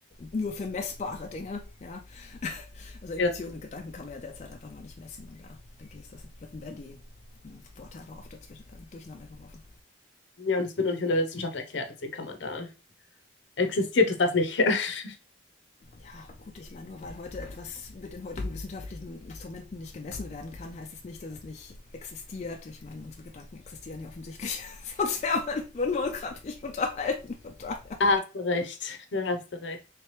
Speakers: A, on the left (about 35°); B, on the left (about 70°).
A: nur für messbare Dinge, ja. <laughs> Also
B: Ja,
A: Emotionen
B: das stimmt.
A: und Gedanken kann man ja derzeit einfach noch nicht messen und da denke ich, ist das, werden die Worte einfach oft dazwischen, äh, durcheinander geworfen.
B: Ja, und es wird noch nicht von der Wissenschaft erklärt, deswegen kann man da. Existiert es das nicht? <laughs>
A: Ja, gut, ich meine, nur weil heute etwas mit den heutigen wissenschaftlichen Instrumenten nicht gemessen werden kann, heißt es nicht, dass es nicht existiert. Ich meine, unsere Gedanken existieren ja offensichtlich, <laughs> sonst wären wir, würden wir uns gerade nicht unterhalten, von daher.
B: Da hast du recht, da hast du recht.